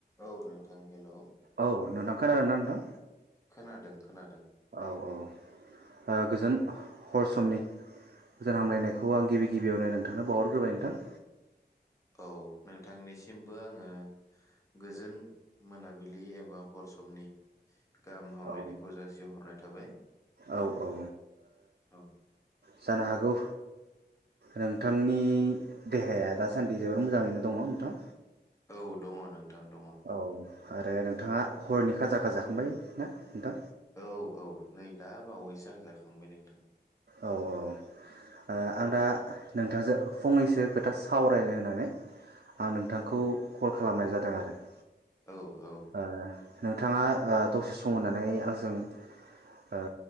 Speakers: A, on the left; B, on the right.
A: औ नोंथां, हेलौ
B: औ नोंथां, खोनादोंना नोंथां?
A: खोनादों खोनादों।
B: औ औ, ओ गोजोन हर समनि गोजोन हामलायनायखौ आं गिबि गिबियावनो नोंथांनो बावहरग्रोबाय नोंथां।
A: औ नोंथांनिसिमबो आङो गोजोन मोनाबिलि एबा हर समनि गाहाम हामलायनायखौ
B: औ
A: जासिहरनाय थाबाय।
B: औ औ, ओ
A: औ
B: जानो हागौ नोंथांनि देहाया दासान्दि जोबोर मोजाङैनो दङ' नोंथां।
A: औ दङ' नों ओं दङ'।
B: औ आरो नोंथाङा हरनि खाजाखो जाखांबाय? ना नोंथां
A: औ औ। नै दा बावैसो आं जाखांबाय नोंथां।
B: औ औ, ओ आं दा नोंथांजों फंनैसो खोथा सावरायलायनो होननानै आं नोंथांखौ कल खालामनाय जादों आरो ।
A: औ औ
B: ओ नोंथाङा ओ दसे सम होननानै आंजों ओ‌